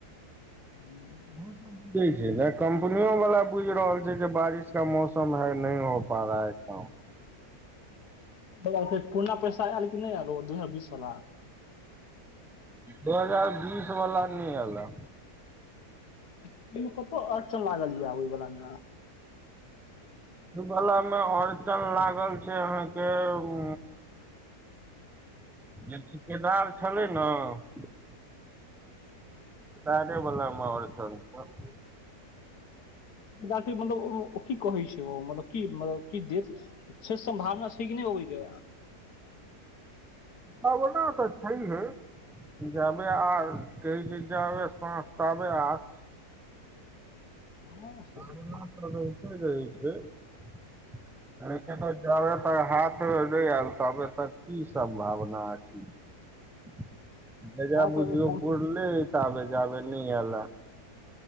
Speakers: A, on the left; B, in the centre.
A: हूँ
B: बहुत <inaudible> बुझे छै ने कम्पनियों बला बुझि रहल छै जे बारिश का मौसम है नहीं हो पा रहा है काम
A: ब <unintelligible> पूर्ना पैस ऐल कि नहि ऐल ओ दू हजार बीस बला
B: दू हजार बीस बला नहि ऐला।
A: एहिमे कतऽ अड़चन लागल यै। ओहि बला मे
B: दुऽ बला मे अड़चन लागल छै अहाँके उ जे ठिकेदार छलै नऽ दारे बला माहोल <unintelligible>
A: बाकी मतलब ओ ओ की कहै छै ओ मतलब की मतलब की देत छै सम्भावना छए कि‌ नहि अबैय के
B: बबना तऽ छैए है जाबे आस कहय छए जाबे साँस ताबे आस
A: हँ से
B: भाबना
A: तऽ छै
B: तऽ रहिते रहै छय। अहा के तऽ जाबे तक हाथ नहि आयल तबे तक की सम्भावना अछि। एकरा
A: हँ
B: बुझियौ
A: तऽ एकाउंट
B: बुरले तांबे जाबे नहि ऐले